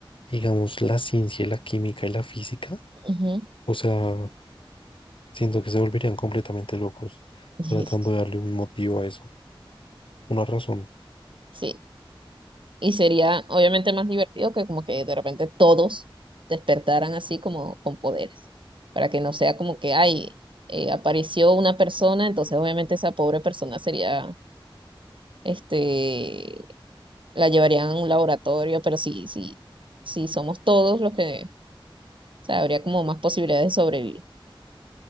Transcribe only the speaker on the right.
Ujú.
<laughs>
Sí, Y sería obviamente más divertido que como que de repente todos despertaran así como con poderes, para que no sea como que, ay, eh, apareció una persona, entonces obviamente esa pobre persona sería, este, la llevarían a un laboratorio, pero si, si, si somos todos los que, o sea, habría como más posibilidades de sobrevivir.